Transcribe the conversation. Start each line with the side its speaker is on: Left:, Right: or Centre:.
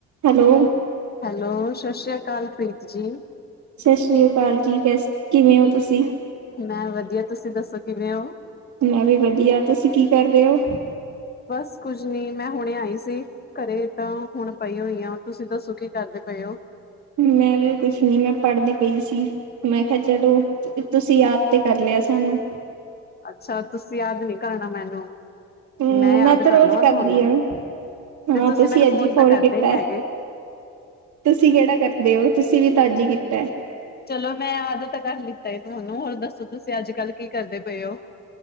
Right: Hello.
Left: Hello ਸਤਿ ਸ਼੍ਰੀ ਅਕਾਲ ਪ੍ਰੀਤ ਜੀ।
Right: ਸਤਿ ਸ੍ਰੀ ਅਕਾਲ ਜੀ ਕਿਵੇਂ ਹੋ ਤੁਸੀਂ?
Left: ਮੈ ਵਧੀਆ ਤੁਸੀਂ ਦੱਸੋ ਕਿਵੇਂ ਔ?
Right: ਮੈਂ ਵੀ ਵਧੀਆ ਤੁਸੀਂ ਕੀ ਕਰ ਰਹੇ ਔ?
Left: ਬਸ ਕੁੱਝ ਨਹੀਂ ਮੈਂ ਹੁਣੇ ਆਈ ਸੀ। ਘਰੇ ਤਾਂ ਹੁਣ ਪਈ ਹੋਈ ਆ ਤੁਸੀਂ ਦੱਸੋ ਕੀ ਕਰਦੇ ਪਏ ਓ?
Right: ਮੈਂ ਵੀ ਕੁਛ ਨੀ ਮੈਂ ਪੜ੍ਹਦੀ ਪਈ ਸੀ। ਮੈਂ ਕਿਹਾ ਚਲੋ ਤੁਸੀਂ ਆਪ ਤੇ ਕਰ ਲਿਆ ਸਾਨੂੰ।
Left: ਅੱਛਾ ਤੁਸੀਂ ਯਾਦ ਨੀ ਕਰਨਾ ਮੈਨੂੰ।
Right: ਹੂੰ
Left: ਮੈਂ ਯਾਦ
Right: ਤਾਂ
Left: ਕਰ
Right: ਰੋਜ਼
Left: ਲਵਾਂ
Right: ਕਰਦੀ
Left: ਤੁਹਾਨੂੰ
Right: ਹਾਂ ਹਾਂ
Left: ਤੇ ਤੁਸੀਂ ਮੈਨੂੰ
Right: ਅੱਜ
Left: ਫੋਨ
Right: ਹੀ
Left: ਤਾਂ ਕਾਰਦੇ
Right: ਕੀਤਾ
Left: ਨੀ ਹੈਗੇ।
Right: ਹੈ। ਤੁਸੀਂ ਕਿਹੜਾ ਕਰਦੇ ਹੋ ਤੁਸੀਂ ਵੀ ਤਾ ਅੱਜ ਹੀ ਕੀਤਾ
Left: ਚਲੋ ਮੈਂ ਅੱਜ ਤਾਂ ਕਰ ਲਿੱਤਾ ਹੈ ਤੁਹਾਨੂੰ ਹੋਰ ਦੱਸੋ ਤੁਸੀਂ ਅੱਜ- ਕੱਲ ਕੀ ਕਰਦੇ ਪਏ ਹੋ?